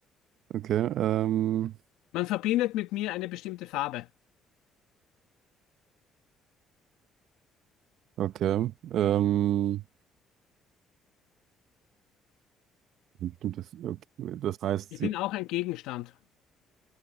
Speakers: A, on the right (about 70°); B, on the left (about 80°).
A: okay, ähm,
B: Man verbindet mit mir eine bestimmte Farbe.
A: okay, ähm, bestimmte- okay. Das heißt,
B: Ich
A: sie
B: bin auch ein Gegenstand.